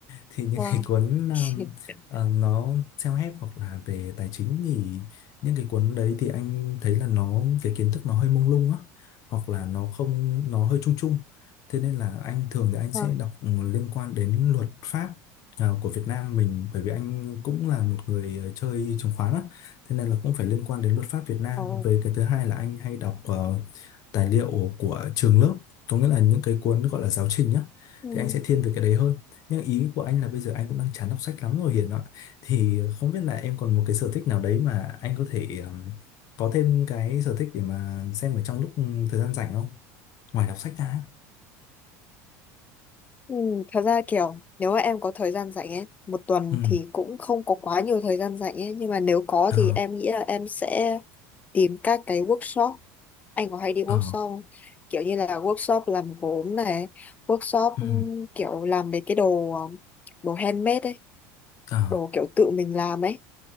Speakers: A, on the left; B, on the left.
A: Thì những
B: Wow.
A: cái cuốn ờm,
B: <laughs>
A: ờ, nó self-help hoặc là về tài chính thì những cái cuốn đấy thì anh thấy là nó cái kiến thức nó hơi mông lung á hoặc là nó không nó hơi chung chung Thế nên là anh thường thì anh
B: Vâng.
A: sẽ đọc ừ, liên quan đến luật pháp à, của Việt Nam mình bởi vì anh cũng là một người ờ, chơi chứng khoán á, thế nên là cũng phải liên quan đến luật pháp Việt Nam.
B: Ờ.
A: Về cái thứ hai là anh hay đọc ờ, tài liệu của trường lớp, có nghĩa là những cái cuốn gọi là giáo trình nhá.
B: Ừ.
A: Thì anh sẽ thiên về cái đấy hơn. Nhưng ý của anh là bây giờ anh cũng đang chán đọc sách lắm rồi Hiền ạ. Thì không biết là em còn một cái sở thích nào đấy mà anh có thể ờ, có thêm cái sở thích để mà xem ở trong lúc ừ, thời gian rảnh không? Ngoài đọc sách ra.
B: Ừ. Thật ra kiểu nếu mà em có thời gian rảnh ấy, một tuần
A: Ừ.
B: thì cũng không có quá nhiều thời gian rảnh ấy, nhưng mà nếu có
A: ờ
B: thì em nghĩ là em sẽ tìm các cái workshop. Anh có hay đi workshop
A: ờ
B: không? Kiểu như là workshop làm gốm này, workshop
A: ừ
B: ừ, kiểu làm mấy cái đồ ờ, đồ handmade ấy,
A: ờ
B: đồ kiểu tự mình làm ấy.